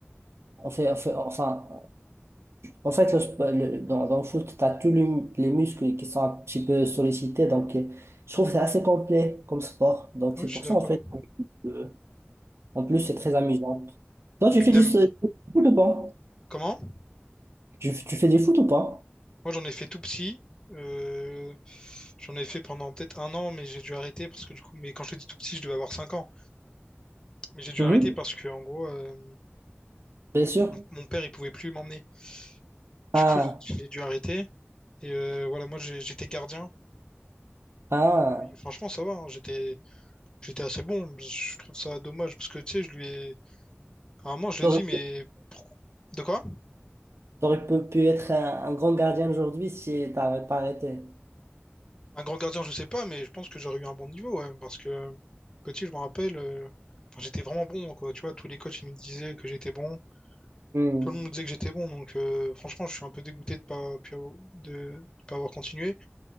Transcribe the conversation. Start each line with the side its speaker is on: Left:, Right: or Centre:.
Right: on fait, on fait- enfin, En fait, le sp- le- dans, dans le foot, tu as tous les, les muscles qui sont un petit peu sollicités. Donc, euh, je trouve que c'est assez complet comme sport. Donc,
Left: Oui,
Right: c'est
Left: je
Right: pour
Left: suis d'accord.
Right: ça, en fait, euh, en plus, c'est très amusant. Toi,
Left: Et
Right: tu
Left: puis
Right: fais
Left: t'aimes
Right: du, s- du foot ou pas?
Left: comment?
Right: Tu, tu fais du foot ou pas?
Left: Moi j'en ai fait tout petit. Euh, J'en ai fait pendant peut-être un an, mais j'ai dû arrêter parce que du coup, mais quand je te dis tout petit, je devais avoir 5 ans. Mais j'ai dû
Right: Mhm.
Left: arrêter parce que en gros, euh,
Right: Bien sûr.
Left: mon- mon père, il pouvait plus m'emmener.
Right: Ah,
Left: Du coup, j'ai j'ai dû arrêter. Et euh, voilà, moi, j'ai- j'étais gardien.
Right: ah.
Left: Puis, franchement, ça va. hein, j'étais, j'étais assez bon. Je trouve ça dommage parce que, tu sais, je lui ai... À un moment, je lui
Right: T'aurais,
Left: ai dit, mais... pourquoi- De quoi?
Right: t'aurais pu pu être un, un grand gardien aujourd'hui si t'avais pas arrêté.
Left: Un grand gardien, je sais pas, mais je pense que j'aurais eu un bon niveau, ouais, parce que petit, je me rappelle, euh, enfin, j'étais vraiment bon, quoi. Tu vois, tous les coachs, ils me disaient que j'étais bon.
Right: Hmm.
Left: Tout le monde me disait que j'étais bon, donc euh, franchement, je suis un peu dégoûté de pas, pu avoir- de, de pas avoir continué.